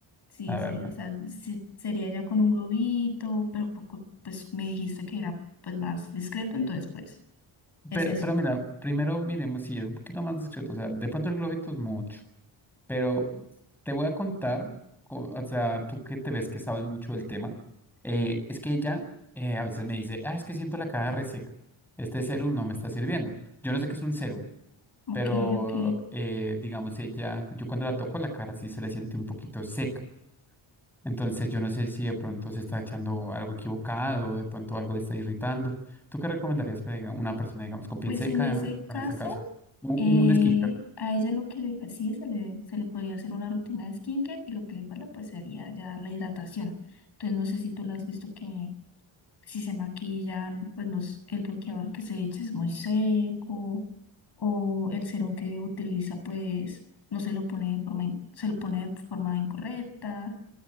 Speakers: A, on the left; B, in the centre.
A: Sí,
B: la verdad.
A: sí, o sea, sí, sería ya con un globito, pero poco- pues me dijiste que era pues más discreto, entonces pues es
B: Pero,
A: eso.
B: pero mira, primero miremos si es un poquito más discreto. O sea, de pronto el globito es mucho. Pero te voy a contar, co- o sea, tú que te ves que sabes mucho del tema, eh, es que ella eh, a veces me dice, ah, es que siento la cara reseca, este serum no me está sirviendo. Yo no sé qué es un serum, pero
A: Ok, ok.
B: eh, digamos, ella, yo cuando la toco la cara sí se le siente un poquito seca. Entonces yo no sé si de pronto se está echando algo equivocado, de pronto algo le está irritando. ¿Tú qué recomendarías para diga- una persona, digamos, con piel
A: Pues
B: seca,
A: en ese caso,
B: en este caso? Un,
A: eh,
B: un skincare.
A: a ella lo que le fa- sí, se le, se le podría hacer una rutina de skincare y lo que le falta pues sería ya la hidratación. Entonces no sé si tú la has visto que si se maquillan, pues nos, el bloqueador que se echa es muy seco o el serum que utiliza, pues no se lo pone de forma, in- se lo pone de forma incorrecta